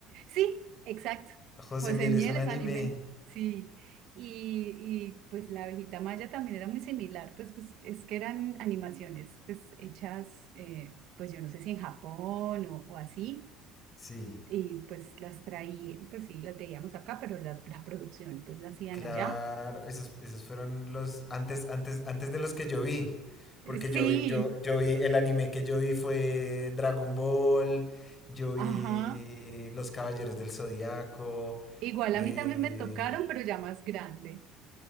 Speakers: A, on the right; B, on the left.
A: Sí, exacto.
B: José
A: José
B: Miel
A: Miel
B: es un
A: es
B: anime,
A: anime. Sí. Y, y pues la abejita Maya también era muy similar, pues, pues es que eran animaciones pues hechas, eh, pues yo no sé si en Japón o, o así
B: sí.
A: y pues las traí, pues sí, las veíamos acá, pero la, la producción pues la hacían
B: Claro,
A: allá.
B: esos, esos fueron los antes, antes, antes de los que yo vi. Porque
A: Eh, Sí,
B: yo vi, yo, yo vi, el anime que yo vi fue Dragon Ball, yo vi
A: ajá.
B: Los Caballeros del Zodiaco.
A: Igual
B: eh,
A: a mí también me tocaron, pero ya más grande.